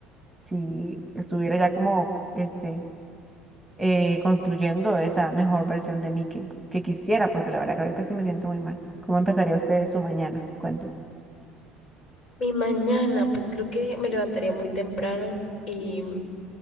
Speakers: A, in the centre; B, on the left (about 50°).
A: si estuviera ya como este eh, construyendo esa mejor versión de mí que, que quisiera, porque la verdad que ahorita sí me siento muy mal. ¿Cómo empezaría usted su mañana? Cuéntame.
B: Mi mañana, pues creo que me levantaría muy temprano y mm,